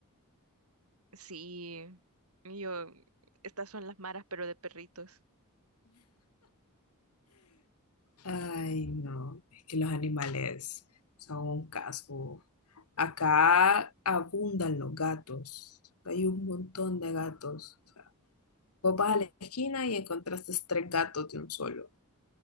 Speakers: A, on the right; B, on the left.
A: Sí, y yo, estas son las maras, pero de perritos.
B: Ay, no, es que los animales son un caso. Acá abundan los gatos. Hay un montón de gatos. O sea, vos vas a la esquina y encontraste tres gatos de un solo.